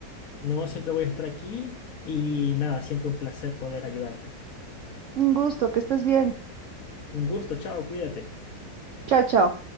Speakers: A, on the left; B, on the right.
A: No siempre voy a estar aquí y nada, siempre un placer poder ayudarte.
B: Un gusto, que estés bien.
A: Un gusto, chao, cuídate.
B: Chao, chao.